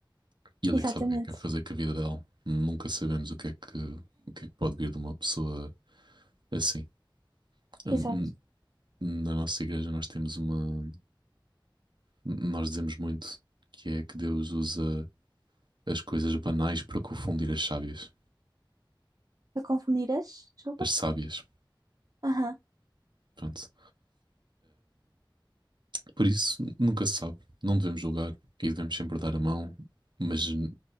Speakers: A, on the right; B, on the right.
A: e Ele
B: exatamente.
A: é que sabe o que é que quer fazer com a vida dela. Nunca sabemos o que é que, o que é que pode vir de uma pessoa assim.
B: Exato.
A: Hum, hum, Na nossa igreja nós temos uma, nós dizemos muito que é que Deus usa as coisas banais para confundir as sábias,
B: A confundir as, desculpa?
A: as sábias.
B: Aham,
A: Pronto. Por isso, nunca se sabe. Não devemos julgar e devemos sempre dar a mão, mas hum,